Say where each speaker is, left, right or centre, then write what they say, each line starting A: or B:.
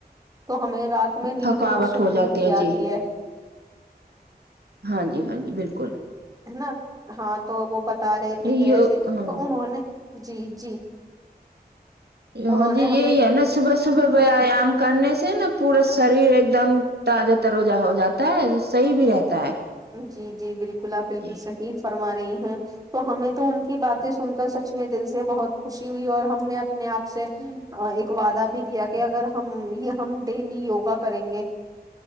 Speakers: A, on the right; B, on the right.
A: تو ہمیں رات میں نیند
B: تھکاوٹ
A: بسکون
B: ہو جاتی
A: کی
B: جی
A: آتی ہے
B: ہاں جی ہاں جی بالکل
A: ہے نا ہاں تو وہ بتا رہے تھے
B: یہ
A: کیسے
B: ہاں
A: تو انہوں نے <unintelligible> جی جی
B: اں
A: انہوں نے
B: جی
A: ہمیں
B: یہی ہے نا صبح صبح ویایام کرنے سے سے نا پورا شریر ایک دم تازہ تروجہ ہو جاتا ہے صحیح بھی رہتا ہے
A: جی جی بالکل آپ بالکل
B: جی
A: صحی فر ما رہی ہیں تو ہمیں تو ان کی باتیں سن کر سچ میں دل سے بہت خوشی ہوئی اور ہم نے اپنے آپ سے ایک وعدہ بھی کیا کہ اگر ہم یہ ہم ڈیلی یوگا کریں گے